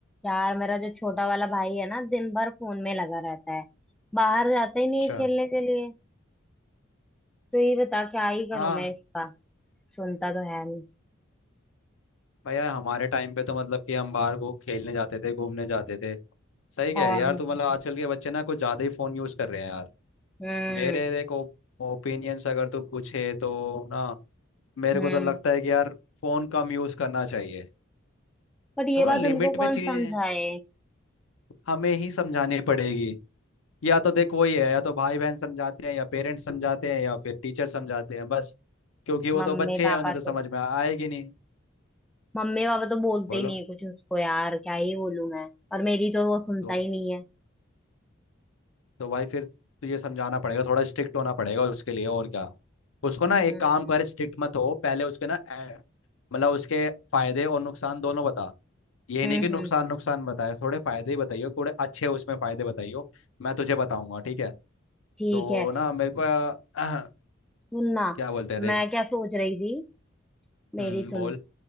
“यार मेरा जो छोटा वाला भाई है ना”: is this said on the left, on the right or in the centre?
Centre